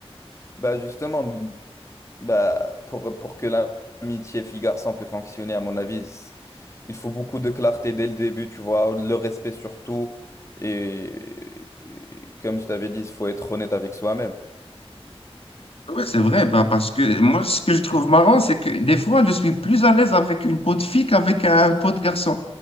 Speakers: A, on the left; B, on the left.
A: Bah, justement, bah, pour, pour que l'amitié fille-garçon peut fonctionner, à mon avis, Il faut beaucoup de clarté dès le début, tu vois, le respect surtout. Et, et comme je t'avais dit, il faut être honnête avec soi-même.
B: Oui, c'est vrai, bah, parce que moi, ce que je trouve marrant, c'est que des fois, je suis plus à l'aise avec une peau de fille qu'avec un peau de garçon.